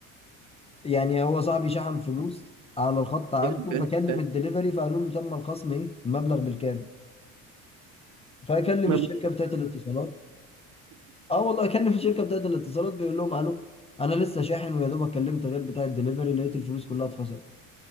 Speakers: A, on the left; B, on the right.
A: يعني هو صاحبي شحن فلوس على الخط عنده
B: <laughs>
A: فكلم الدليفري فقالوا له تم الخصم ايه المبلغ بالكامل فكلم
B: فاهم؟
A: الشركه
B: ما
A: بتاعت الاتصالات اه والله كلم الشركه بتاعت الاتصالات بيقول لهم الو انا لسه شاحن ويا دوبك كلمت غير بتاع الدليفري لقيت الفلوس كلها اتخصمت